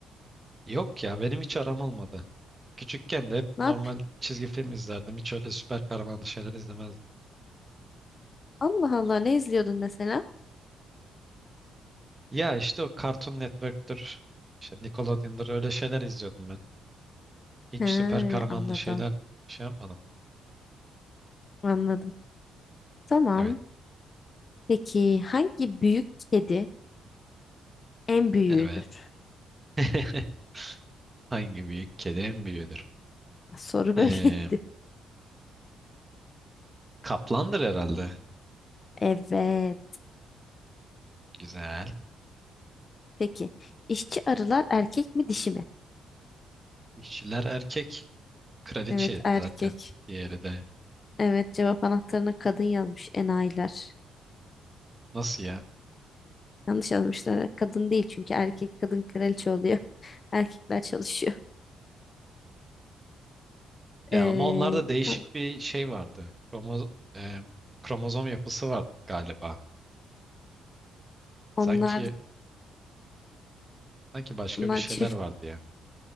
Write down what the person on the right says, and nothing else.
Yok ya benim hiç aram olmadı. Küçükken de hep
normal
çizgi film izlerdim. Hiç öyle süper kahramanlı şeyler izlemezdim.
Ya işte o Cartoon Network'tür. İşte Nickelodeon'dur öyle şeyler izliyordum ben. Hiç
süper kahramanlı
şeyler şey yapmadım.
Evet.
Evet. <laughs> Hangi büyük kedi en büyüğüdür?
Ee,
kaplandır herhalde.
Güzel.
İşçiler erkek. Kraliçe
zaten diğeri de.
Nasıl ya?
Ya
ama onlarda değişik
bir şey vardı. Kromo, e, kromozom yapısı vardı galiba.
Sanki Sanki başka
bir şeyler
vardı ya.